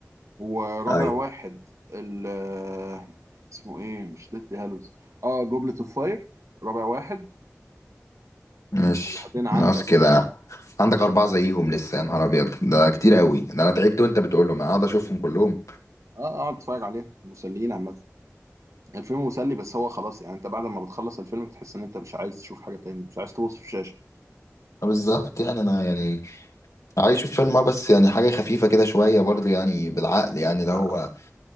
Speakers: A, on the right; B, on the left.
A: ورابع
B: اي
A: واحد ال آه، اسمه ايه مش ديثلي هالوز اه جوبلت اوف فاير رابع واحد
B: ماشي
A: وبعدين عندك
B: ناقص كده عندك أربعة زيهم لسه يا نهار أبيض ده كتير أوي ده أنا تعبت وأنت بتقولهم أنا أقعد أشوفهم كلهم
A: اه آه، اقعد اتفرج عليه مسليين عامة الفيلم مسلي بس هو خلاص يعني انت بعد ما بتخلص الفيلم بتحس ان انت مش عايز تشوف حاجة تاني مش عايز تبص في الشاشة
B: آه بالظبط يعني أنا يعني عايش في فيلم آه بس يعني حاجة خفيفة كده شوية برضه يعني بالعقل يعني اللي هو
A: آه،